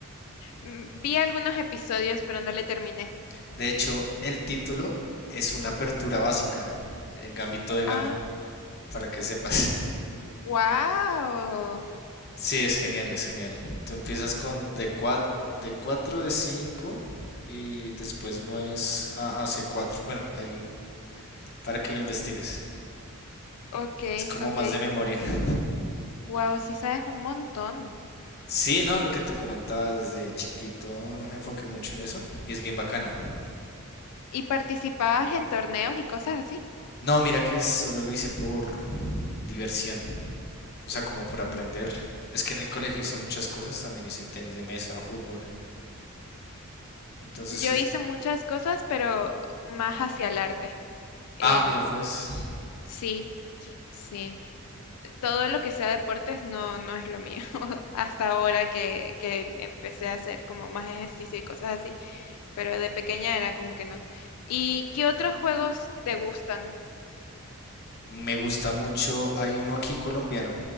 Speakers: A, on the left; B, on the left.
A: mm, vi algunos episodios, pero no le terminé.
B: De hecho, el título es una apertura básica, eh, Gambito de Gama,
A: Ah,
B: para que sepas.
A: wow.
B: Sí, es genial, es genial. Tú empiezas con D4, D4, D5 y después mueves a, a C4. Bueno, ahí para que lo investigues.
A: Ok,
B: Es como
A: ok.
B: más de memoria. <laughs>
A: Wow, sí sabes un montón.
B: Sí, no, lo que te comentaba desde chiquito me enfoqué mucho en eso y es bien bacano.
A: ¿Y participabas en torneos y cosas así?
B: No, mira que solo lo hice por diversión. O sea, como por
A: Mm,
B: aprender. Es que en el colegio hice muchas cosas, también hice tenis de mesa, fútbol. Entonces
A: Yo
B: es...
A: hice muchas cosas, pero más hacia el arte. Em,
B: Ah, mira pues.
A: sí, sí. Todo lo que sea deportes no, no es lo mío. <laughs> Hasta ahora que, que me empecé a hacer como más ejercicio y cosas así. Pero de pequeña era como que no. ¿Y qué otros juegos te gustan?
B: Me gusta mucho, hay uno aquí colombiano,